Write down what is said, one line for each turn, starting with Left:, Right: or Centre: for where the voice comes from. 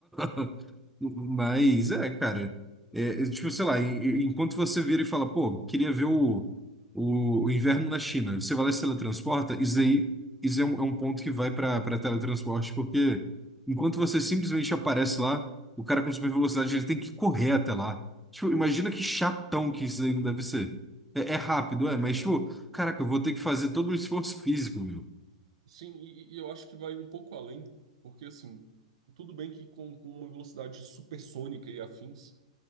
Centre: <laughs> Mas, é, cara. É, é, tipo, sei lá, em- em- enquanto você vira e fala, pô, queria ver o, o, o inverno na China, você vai lá e se teletransporta, isso aí, isso é um, é um ponto que vai para para teletransporte, porque enquanto você simplesmente aparece lá, o cara com super velocidade, ele tem que correr até lá. Tipo, imagina que chatão que isso aí não deve ser. É, é rápido,
Right: Pois
Centre: é, mas,
Right: é.
Centre: tipo, caraca, eu vou ter que fazer todo um esforço físico, meu.
Right: Sim, e, e eu acho que vai um pouco além, porque assim, tudo bem que com, com uma velocidade supersônica e afins,